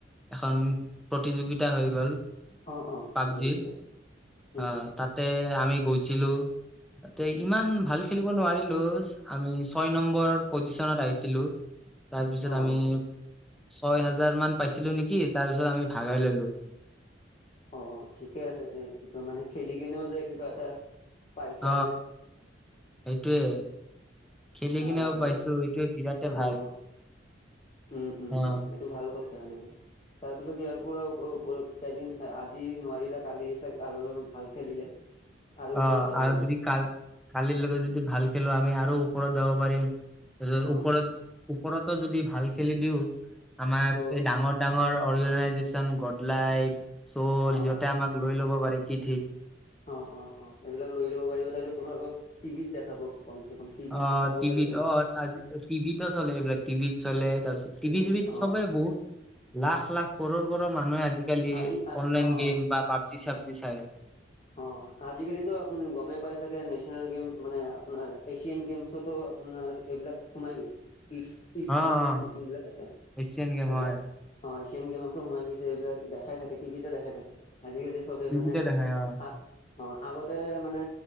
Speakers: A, in the centre; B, on the left.
A: এখন প্ৰতিযোগিতা হৈ গ'ল,
B: অ', অ', প্ৰতিযোগিতাত
A: পাবজিৰ
B: উম,
A: অ', তাতে। আমি গৈছিলোঁ। তাতে ইমান ভাল খেলিব নোৱাৰিলো, আমি ছয় নম্বৰ পজিচনত আহিছিলোঁ। তাৰপিছত
B: অ',
A: আমি ছয় হাজাৰ মান পাইছিলো নেকি, তাৰ পিছত আমি ভাগাই ল'লো।
B: অ', ঠিকে আছে তে, মানে খেলি কেনেও যে কিবা এটা। পাইচা
A: অ
B: যে।
A: সেইটোয়ে খেলি
B: আহ
A: কিনেও
B: ত'
A: পাইছো, এইটোৱে বিৰাটেই ভাল।
B: অ', উম, উম,
A: অ
B: উম এইটো ভাল কথা এনেকে। তাৰ পিছত ইয়াৰ পৰা কেইদিন আজি নোৱাৰিলে কালি চাগে আৰু ভাল খেলিলে? আৰু ওপৰত
A: অ',
B: যাব
A: আৰু
B: পাৰিবা
A: যদি কাল-কালিৰ লৈকে যদি ভাল খেলো আমি আৰু ও ওপৰত যাব পাৰিম,
B: অ,
A: ওপৰত, ওপৰতো যদি ভাল খেলি দিওঁ। আমাক
B: ত'
A: এই ডাঙৰ, ডাঙৰ অৰ্গেনাইজেচন গদলাই। চ'
B: অ,
A: সিহঁতে আমাক লৈ ল'ব পাৰে কি ঠিক।
B: অ', অ', অ' এইবিলাক লৈ লব পাৰিব, তাৰপিছত তোমাৰ আকৌ টিভিত দেখাব। কমচে কম টিভিত
A: অ',
B: চাব
A: টিভিত
B: পাৰিব
A: অ', আজি টিভিতো চলে এইবিলাক টিভিত চলে। তাৰপিছত
B: টিভিত
A: টিভি-চিবিত
B: অ,
A: চবে বহুত লাখ, লাখ কৰৰ, কৰৰ মানুহে আজি আজিকালি
B: আজি অ,
A: অনলাইন
B: অ,
A: গেম বা পাবজি চাবজি চাই।
B: অ', আজিকালিতো আপুনি গমেই পাই চাগে, নেশচনেল গেম মানে আপোনাৰ এছিয়ান গেমছোতো। আপোনাৰ এইবিলাক সোমাই গৈছে। ই-ইস্পৰ্ট
A: অ অ
B: বিলাক আছে,
A: এছিয়ান গেম
B: এইবিলাক
A: হয়
B: অ', এছিয়ান গেম। সোমাই গৈছে, এইবিলাক দেখাই থাকে টিভিতে দেখাই থাকে আজিকালি চবে
A: টিভিতে
B: মানে
A: দেখাই হয়
B: অ', আগতে মানে